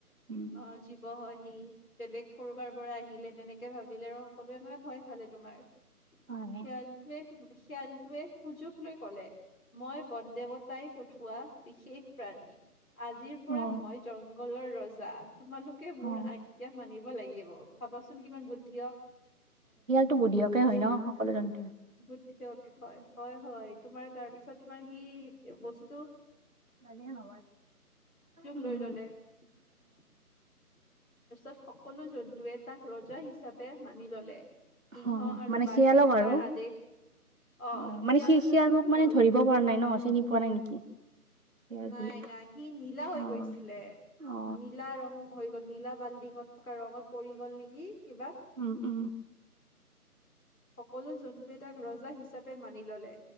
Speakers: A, on the right; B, on the left.
A: উম
B: অ জীৱ হয় আহ বেলেগ কৰবাৰ পৰা আহিলে সেনেকে ভাবিলে আৰু সকলোৱে মানে ভয় খালে তোমাৰ শিয়াল
A: হয়
B: তোৱে শিয়ালটোৱে সুযোগ লৈ কলে মই বন দেৱতাই পঠোৱো বিশেষ প্ৰাণী আজিৰ পৰা
A: অ
B: মই জংঘলৰ ৰজা তোমালোকে মোৰ
A: অ
B: আজ্ঞা মানিব লাগিব ভাবাচোন কিমান বুদ্ধিয়ক
A: ত বুধিয়কে হয় ন সকলো জন্তু
B: বুদ্ধিয়ক হয় হয় হয় তোমাৰ তাৰপিছত তোমাৰ সি বস্তুতটো
A: নদ নবা উম
B: লৈ ললে
A: <inaudible>
B: তাৰপিছত সকলো জন্তুৱে তাক ৰজা হিচাপে মানি ললে সিংহ
A: অ
B: আৰু
A: মানে
B: বাঘেও
A: শিয়ালক আৰু
B: তাৰ আদেশ আহ
A: অ মানে
B: শিয়ালজনক
A: সি সিয়াক মানে
B: ৰজ
A: ধৰিব পৰা নাই ন চিনি পোৱা নাই নেকি শিয়াল
B: নাই
A: বুলি
B: নাই সি নীলা হৈ
A: অ
B: গৈছিলে
A: অ
B: নীলা ৰং হৈ গল নীলা বাল্ডিঙত থকা ৰঙত পৰি গ'ল নেকি কিবা
A: উম উম
B: সকলো জন্তুয়ে টাক ৰজা হিচাপে মানি ললে